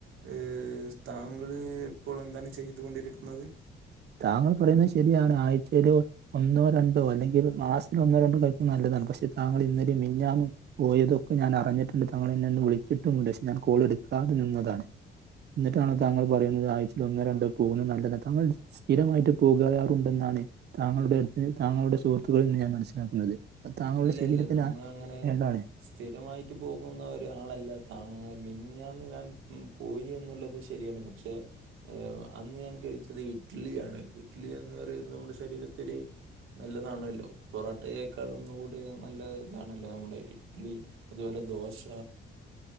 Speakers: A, on the right (about 85°); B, on the right (about 55°).
A: എഹ് താങ്കൾ ഇപ്പോൾ എന്താണ് ചെയ്തുകൊണ്ടിരിക്കുന്നത്
B: താങ്കൾ പറയുന്നത് ശരിയാണ് ആഴ്ചയില് ഒന്നോ രണ്ടോ അല്ലെങ്കിൽ മാസത്തില് ഒന്നോ രണ്ടോ കഴിക്കുന്ന നല്ലതാണ് പക്ഷെ താങ്കൾ ഇന്നലയും മിനഞ്ഞാന്നും പോയതൊക്കെ ഞാനറിഞ്ഞിട്ടുണ്ട് തങ്ങൾ എന്നെ ഒന്ന് വിളിച്ചിട്ടുമുണ്ട് പക്ഷെ ഞാൻ കോൾ എടുക്കാതെ നിന്നതാണ് എന്നിട്ടാണോ താങ്കൾ പറയുന്നത് ആഴ്ചയിൽ ഒന്നോ രണ്ടോ പോകുന്നത് നല്ലത് താങ്കൾ സ്ഥിരമായിട്ട് പോകാറുണ്ടെന്നാണ് താങ്കളുടെ അടുത്ത് താങ്കളുടെ സുഹൃത്തുക്കളിൽ നിന്ന് ഞാൻ മനസ്സിലാക്കുന്നത് താങ്കളുടെ
A: ഇല്ലില്ല
B: ശരീരത്തിന്
A: നമ്മളങ്ങനെ
B: കേടാണ്
A: സ്ഥിരമായിട്ട് പോകുന്ന ഒരാളല്ല താങ്ങ മിനഞ്ഞാന്ന് ഞാൻ പോയി എന്നുള്ളത് ശരിയാണ് പ ക്ഷേ ഏഹ് അന്ന് ഞാൻ കഴിച്ചത് ഇഡ്ഡലിയാണ് ഇഡ്ഡലി എന്ന് പറയുന്നത് നമ്മുടെ ശരീരത്തിന് നല്ലതാണല്ലോ പൊറോട്ടയേക്കാളൊന്ന് കൂടി നല്ല ഇതാണല്ലോ നമ്മുടെ ഇഡ്ഡലി അതുപോലെ ദോശ